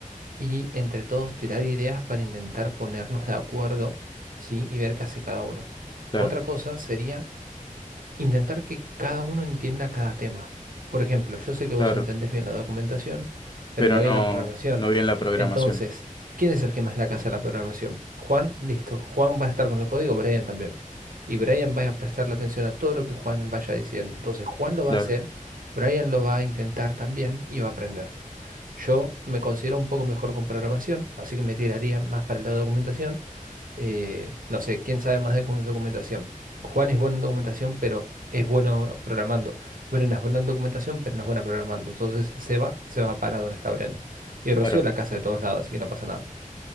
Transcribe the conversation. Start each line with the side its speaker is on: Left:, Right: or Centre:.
Right: y entre todos tirar ideas para intentar ponernos de acuerdo, ¿sí? Y ver qué hace cada uno.
Left: Claro,
Right: Otra cosa sería intentar que cada uno entienda cada tema. Por ejemplo, yo sé que vos
Left: claro.
Right: entendés bien la documentación, pero
Left: Pero
Right: no
Left: no,
Right: bien la programación.
Left: no bien la programación.
Right: Entonces, ¿quién es el que más la casa de la programación? Juan, listo. Juan va a estar con el código, Brian también. Y Brian va a prestarle atención a todo lo que Juan vaya diciendo. Entonces, Juan lo
Left: Claro,
Right: va a hacer, Brian lo va a intentar también y va a aprender. Yo me considero un poco mejor con programación, así que me tiraría más para el lado de documentación. Eh, no sé, ¿quién sabe más de docu- documentación? Juan es bueno en documentación, pero es bueno programando. Brenda es buena en documentación, pero no es buena programando. Entonces se va, se va para donde está Brenda. Y Rocío
Left: claro.
Right: la casa de todos lados, así que no pasa nada.